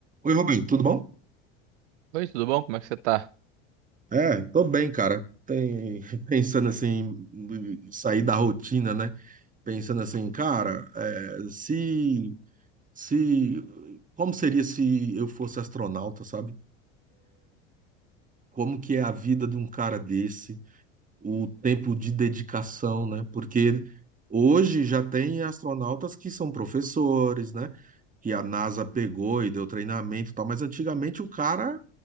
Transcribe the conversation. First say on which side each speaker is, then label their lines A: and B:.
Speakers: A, on the right; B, on the right.
A: Oi, Rubem, tudo bom?
B: Oi, tudo bom? Como é que você tá?
A: É, tô bem, cara. Tem, <laughs> pensando assim, em sair da rotina, né? Pensando assim, cara, é, se, se, como seria se eu fosse astronauta, sabe? Como que é a vida de um cara desse? O tempo de dedicação, né? Porque hoje já tem astronautas que são professores, né? que a NASA pegou e deu treinamento e tal, mas antigamente o cara